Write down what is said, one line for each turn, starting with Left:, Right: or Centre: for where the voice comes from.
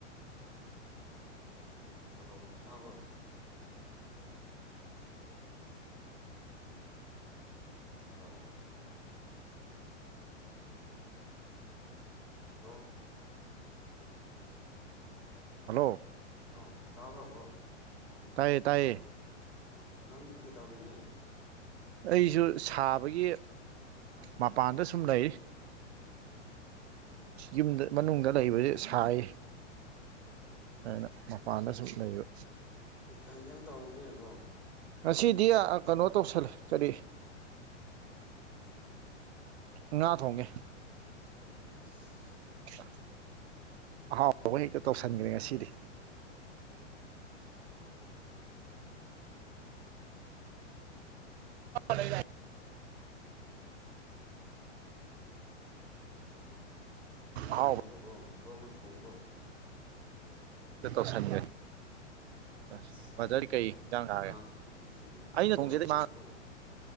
Centre: ꯍꯜꯂꯣ ꯇꯥꯕ꯭ꯔꯣ ꯍꯂꯣ ꯕ꯭ꯔꯣ
Right: ꯍꯜꯂꯣ
Centre: ꯑꯥꯎ ꯇꯥꯕ꯭ꯔꯣꯕ꯭ꯔꯣ
Right: ꯇꯌꯦ ꯇꯥꯏꯌꯦ
Centre: ꯑꯣ ꯅꯪꯗꯤ ꯀꯩ ꯇꯧꯔꯤꯒꯦ
Right: ꯑꯩꯁꯨ ꯁꯥꯕꯒꯤ ꯃꯄꯥꯟꯗ ꯁꯨꯝ ꯂꯩ
Centre: ꯎꯝ
Right: ꯌꯨꯝ ꯃꯅꯨꯡꯗ ꯂꯩꯕꯁꯦ ꯁꯥꯏ ꯑꯩꯅ ꯃꯄꯥꯟꯗ ꯁꯅꯩꯕ
Centre: ꯀ ꯌꯦꯟꯁꯥꯡ ꯇꯧꯔꯨꯒꯦꯕ꯭ꯔꯣ
Right: ꯉꯁꯤꯗꯤ ꯀꯩꯅꯣ ꯇꯧꯁꯜꯂꯦ ꯀꯔꯤ ꯉꯥ ꯊꯣꯡꯉꯦ
Centre: ꯑꯁ
Right: <unintelligible> ꯑꯍꯥꯎ ꯑꯥꯎꯕ ꯍꯦꯛꯇ ꯇꯧꯁꯟꯈ꯭ꯔꯦ ꯉꯁꯤꯗꯤ
Centre: ꯁꯥꯎ ꯍꯟꯖꯥꯡꯅꯤꯅꯦ ꯑꯗꯨꯗꯗꯤ ꯅꯪ
Right: ꯂꯩ
Centre: ꯀꯅꯥꯅ
Right: ꯑꯍꯥꯎ
Centre: ꯊꯣꯡꯕ꯭ꯔꯣꯕ꯭ꯔꯣ ꯕ꯭ꯔꯣꯅ ꯊꯣꯡꯕ꯭ꯔꯣ
Right: ꯆꯀꯧꯁꯥꯟꯦ ꯑ
Centre: ꯑꯁ
Right: ꯕꯖꯔꯗꯤ
Centre: ꯑꯗꯨꯗꯤ
Right: ꯀꯩ ꯌꯦꯟꯁꯥꯡ ꯊꯥꯑꯒꯦ
Centre: ꯉꯥ ꯊꯣꯡꯕꯁꯤꯕꯨ
Right: ꯑꯩꯅ
Centre: ꯕ꯭ꯔꯣꯅ
Right: ꯊꯣꯡꯖꯗꯤ
Centre: ꯊꯣꯡꯕ꯭ꯔꯣ